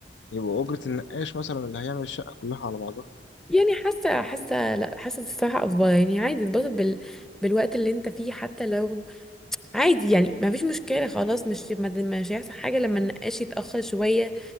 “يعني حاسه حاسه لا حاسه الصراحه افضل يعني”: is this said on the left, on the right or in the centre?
Centre